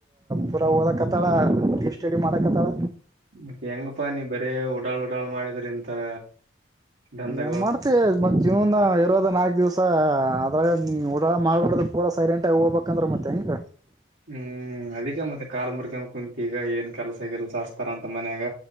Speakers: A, on the right; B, on the right.
A: ಪೂರ ಓದಕ್ ಹತ್ತಾಳ ಸ್ಟಡಿ ಮಾಡಕ್ ಹತ್ತಾಳ
B: ಮತ್ತೆ ಹೆಂಗಪ್ಪಾ ನೀ ಬರೇ ಉಡಾಳ್ ಉಡಾಳ್ ಮಾಡಿದ್ರ ಇಂತರ ದಂಧೆಗಳು
A: ಏನ್ ಮಾಡ್ತಿ ಮತ್ ಜೀವನ್ ಇರೋದನ್ ನಾಕ್ ದಿವ್ಸ ಅದ್ರಾಗ ಊಡಾಳ ಮಾಡಬಾರದ್ ಪೂರ್ ಸೈಲೆಂಟ್ ಆಗಿ ಹೋಗಬೇಕಂದ್ರ ಮತ್ತ ಹ್ಯಾಂಗ್
B: ಹ್ಮ್ ಅದಕ್ಕೆ ಮತ್ತೆ ಕಾಲ್ ಮುರ್ಕಂದ ಕುಂತ ಈಗ ಏನ್ ಕೆಲಸ ಗಿಲ್ಸಾ ಅಷ ರ ಅಂತ ಮನ್ಯಾಗ